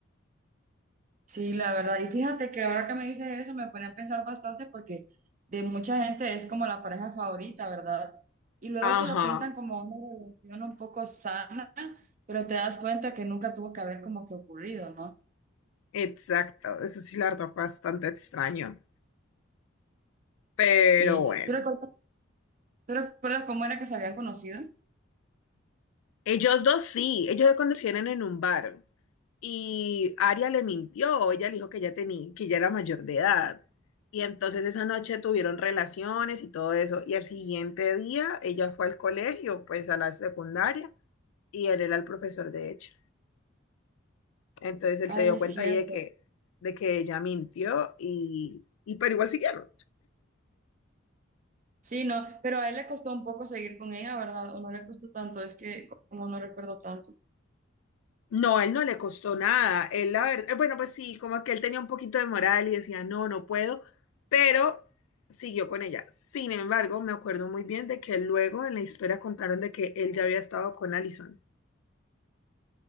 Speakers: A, on the right; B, on the left.
A: Sí, la verdad. Y fíjate que ahora que me dices eso me pone a pensar bastante porque de mucha gente es como la pareja favorita, ¿verdad? Y luego
B: Ajá,
A: te lo pintan como una relación un poco sana, pero te das cuenta que nunca tuvo que haber como que ocurrido, ¿no?
B: exacto. Eso sí, la verdad, fue bastante extraño. Pero
A: Sí.
B: bueno,
A: ¿Tú recuerdas, tú recuerdas cómo era que se habían conocido?
B: ellos dos sí, ellos se conocieron en un bar y Aria le mintió, ella le dijo que ya tenía, que ya era mayor de edad. Y entonces esa noche tuvieron relaciones y todo eso. Y al siguiente día ella fue al colegio, pues a la secundaria, y él era el profesor de ella Entonces él
A: Ay,
B: se dio
A: es
B: cuenta
A: cierto.
B: ahí de que, de que ella mintió y, y pero igual siguieron.
A: Sí, no, pero a él le costó un poco seguir con ella, ¿verdad? O no le costó tanto, es que como no recuerdo tanto.
B: No, a él no le costó nada. Él, la verdad, eh, bueno, pues sí, como que él tenía un poquito de moral y decía, no, no puedo, pero siguió con ella. Sin embargo, me acuerdo muy bien de que luego en la historia contaron de que él ya había estado con Allison. <laughs>